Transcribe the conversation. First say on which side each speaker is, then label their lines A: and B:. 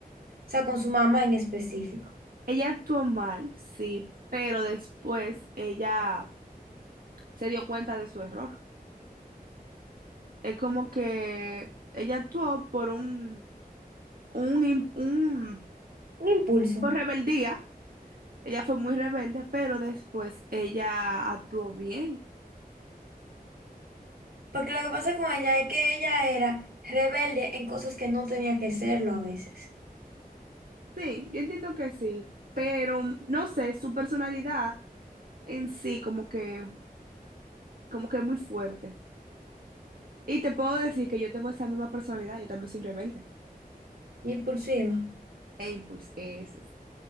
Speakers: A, on the right; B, on the right.
A: o sea, con su mamá en específico.
B: Ella actuó mal, sí, pero después ella se dio cuenta de su error. Es como que ella actuó por un, un, im- un-
A: Un impulso.
B: por rebeldía. Ella fue muy rebelde, pero después ella actuó bien.
A: Porque lo que pasa con ella es que ella era rebelde en cosas que no tenía que serlo a veces.
B: Sí, yo entiendo que sí, pero no sé, su personalidad en sí como que, como que es muy fuerte. Y te puedo decir que yo tengo esa misma personalidad, yo también soy rebelde.
A: Impulsiva.
B: E impulsiva, eso.